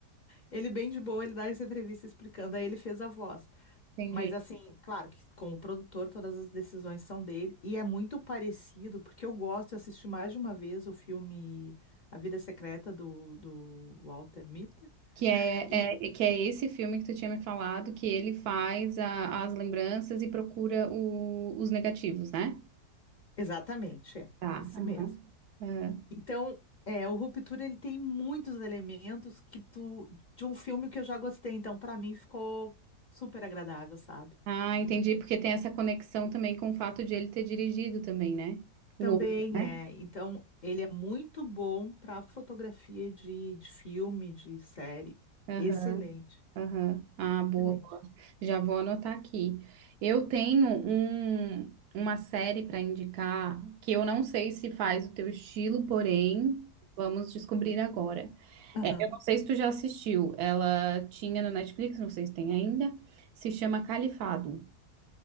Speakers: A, on the left; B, on the right.
A: Ele bem de boa, ele dá essa entrevista explicando, aí ele fez a voz.
B: entendi.
A: Mas assim, claro que com o produtor todas as decisões são dele e é muito parecido, porque eu gosto, eu assisti mais de uma vez o filme A Vida Secreta do, do Walter Mitty
B: Que é,
A: e
B: é- que é esse filme que tu tinha me falado, que ele faz a- as lembranças e procura o- os negativos, né?
A: exatamente, é,
B: Tá.
A: esse
B: aham,
A: mesmo.
B: aham.
A: Então, é, o Ruptura ele tem muitos elementos que tu de um filme que eu já gostei, então pra mim ficou super agradável, sabe?
B: Ah, entendi, porque tem essa conexão também com o fato de ele ter dirigido também, né? O
A: Também
B: outro, né?
A: é, então ele é muito bom para fotografia de, de filme, de série.
B: Aham.
A: Excelente.
B: Aham. Ah, boa,
A: Excelente.
B: boa. Já vou anotar aqui. Eu tenho um, uma série para indicar que eu não sei se faz o teu estilo, porém, vamos descobrir agora.
A: Aham.
B: É, eu não sei se tu já assistiu. Ela tinha no Netflix, não sei se tem ainda. Se chama Califado.